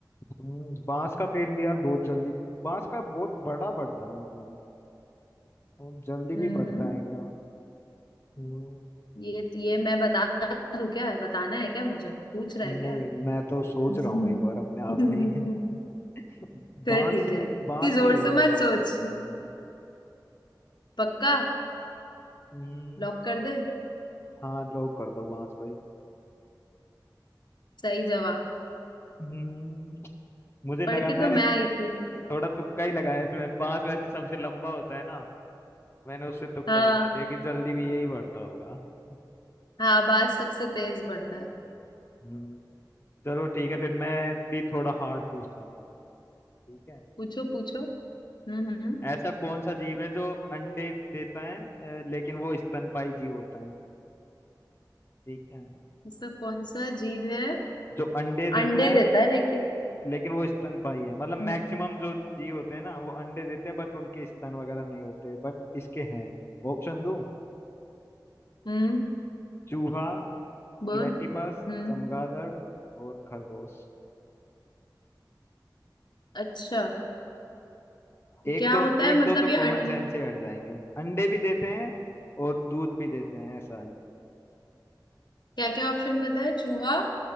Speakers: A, on the left (about 35°); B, on the left (about 80°).
A: हम्म, बांस का पेड़ भी यार बहुत जल्दी बांस का बहुत बड़ा बढ़ता है मतलब और जल्दी
B: हम्म
A: भी बढ़ता है क्या हम्म,
B: ये तो, ये मैं बता दूं क्या बताना है क्या मुझे पूछ रहा
A: नहीं
B: है क्या
A: मैं तो सोच
B: <laughs> हम्म।
A: रहा हूँ एक बार अपने आप में ही <laughs>
B: फिर
A: बांस
B: ठीक
A: ही
B: है इतनी
A: बांस
B: जोर
A: ही होगा
B: से मत
A: शायद
B: सोच
A: मेरे ख्याल में
B: पक्का
A: हम्म
B: लॉक कर दे
A: हाँ लॉक कर दो बांस भाई
B: सही जवाब
A: हम्म मुझे लगा
B: पढ़ के
A: मैंने
B: तो मैं आई थी
A: थोड़ा तुक्का ही लगाया इसमें बांस वैसे सबसे लंबा होता है ना मैंने उससे तुक्का
B: हाँ
A: लगा दिया कि जल्दी भी यही बढ़ता होगा <laughs>
B: हाँ बात सबसे तेज बढ़ता है
A: हम्म चलो ठीक है फिर मैं भी थोड़ा हार्ड पूछता हूँ ठीक है
B: पूछो पूछो हम्म हम्म
A: ऐसा कौन सा जीव है जो अंडे देता है अ, लेकिन वो स्तनपाई जीव होता है ठीक है
B: ऐसा कौन सा जीव है
A: जो अंडे देता
B: अंडे
A: है
B: देता है लेकिन
A: लेकिन वो स्तनपाई है मतलब मैक्सिमम
B: हम्म
A: जो जीव होते हैं ना वो अंडे देते हैं बट उनके स्तन वगैरह नहीं होते बट इसके हैं ऑप्शन दो
B: हम्म
A: चूहा
B: बोल
A: प्लेटिपस
B: हम्म
A: चमगादड़ और खरगोश
B: अच्छा तो
A: एक
B: क्या
A: तो
B: होता है
A: एक
B: मतलब
A: दो तो
B: ये अंड
A: कॉमन सेंस से हट जाएंगे अंडे भी देते हैं और दूध भी देते हैं ऐसा है
B: क्या क्या ऑप्शन बताए चूहा